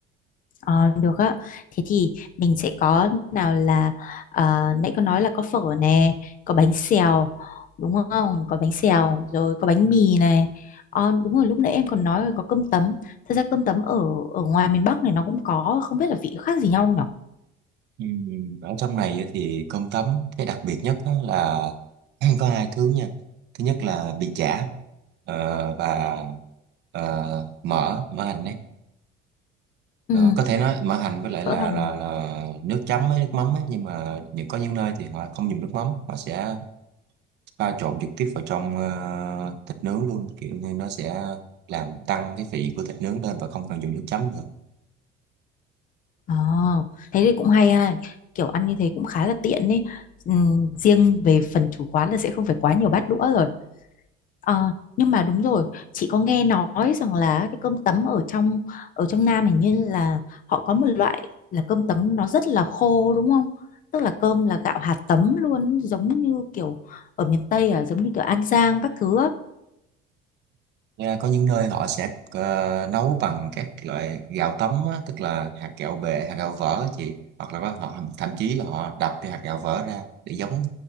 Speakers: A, on the left; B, on the right.
A: Ờ, được á. Thế thì mình sẽ có nào là ờ, nãy có nói là có phở nè, có bánh xèo đúng không? Có bánh xèo rồi có bánh mì này. Ờ, đúng rồi lúc nãy em còn nói là có cơm tấm. Thật ra cơm tấm ở ở ngoài miền Bắc này nó cũng có, không biết là vị khác gì nhau nhỉ?
B: Ừ, Ở trong này á thì cơm tấm cái đặc biệt nhất đó là <clears throat> có hai thứ nha thứ nhất là bì chả ờ, và ờ, mỡ mỡ hành ấy
A: Ừ,
B: Ờ, có thể nói mỡ hành với lại
A: phở
B: là
A: hành.
B: là, là nước chấm với nước mắm ấy nhưng mà những có những nơi thì họ không dùng nước mắm họ sẽ pha trộn trực tiếp vào trong ờ, thịt nướng luôn kiểu như nó sẽ làm tăng cái vị của thịt nướng lên và không cần dùng nước chấm nữa
A: Ờ, thế thì cũng hay ha. Kiểu ăn như thế cũng khá là tiện ấy. Ừ, riêng về phần chủ quán là sẽ không phải quá nhiều bát đũa rồi. Ờ, nhưng mà đúng rồi, chị có nghe nói rằng là cái cơm tấm ở trong ở trong Nam hình như là họ có một loại là cơm tấm nó rất là khô đúng không? Tức là cơm là gạo hạt tấm luôn giống như kiểu ở miền Tây à giống như kiểu An Giang các thứ á.
B: Nha, có những nơi họ sẽ ờ, nấu bằng các loại gạo tấm á, tức là hạt gạo bề, hạt gạo vỡ á chị hoặc là có- họ thậm chí là họ đập cái hạt gạo vỡ ra để giống